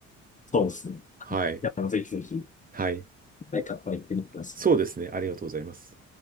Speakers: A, on the left; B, on the right.
A: そうですね。
B: はい。
A: や、もうぜひぜひ、
B: はい。
A: 一回カッパ行ってみてください。
B: そうですね。ありがとうございます。